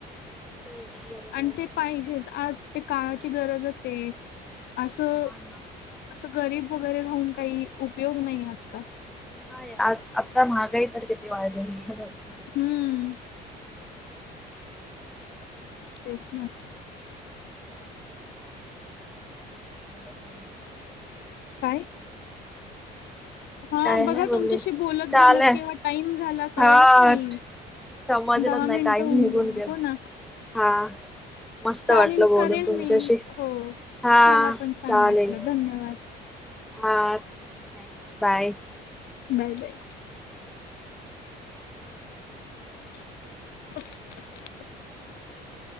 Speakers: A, in the centre; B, on the left (about 75°).
A: तेच बरोबर.
B: आणि ते पाहिजेच आज ते कामाची गरजच आहे असं
A: हा ना
B: असं गरीब वगैरे राहून काही उपयोग नाही आजकाल
A: नाही आ आता महागाई तर किथे वाढला भरपूरच
B: हम्म
A: ठीक आहे.
B: तेच ना.
A: हा, <unintelligible> काय
B: काय? हा
A: काय
B: बघा
A: नाही बोलले
B: तुमच्याशी बोलत
A: चालय
B: बोलत केव्हा टाइम झाला कळलंच
A: हा
B: नाही,
A: समजलंच
B: दहा मिनिटं
A: नाही टाईम
B: होऊन
A: निघून
B: गेलं,
A: गेला
B: हो ना.
A: हा. मस्त
B: चालेल
A: वाटलं बोलून
B: करेल
A: तुमच्याशी,
B: मी हो.
A: हा
B: मला पण छान
A: चालेल.
B: वाटलं धन्यवाद.
A: हा, थँक्स! बाय.
B: Bye bye. <unintelligible>